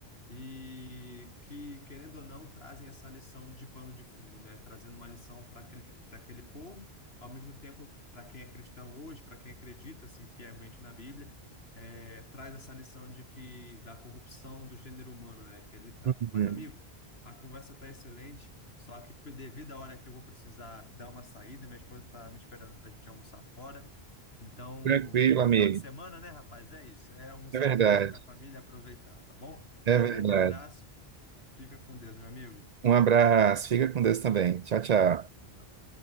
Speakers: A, on the left; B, on the right.
A: e que, querendo ou não, trazem essa lição de pano de fundo, né? Trazendo uma lição para aquele, para aquele povo ao mesmo tempo, para quem é cristão hoje, para quem acredita assim fielmente na Bíblia, é, traz essa lição de que da corrupção do gênero humano, né, que ele trata.
B: Uhum.
A: Mas amigo, a conversa está excelente, só que devido à hora que eu vou precisar dar uma saída, minha esposa está me esperando para a gente almoçar fora. Então,
B: Tranquilo,
A: é final
B: amigo.
A: de semana, né, rapaz? É isso. É almoçar
B: É verdade,
A: fora com a família, aproveitar, tá bom?
B: é
A: Um
B: verdade.
A: grande abraço. Fica com Deus, meu amigo.
B: Um abraço, fica com Deus também. Tchau, tchau.
A: Tchau, tchau.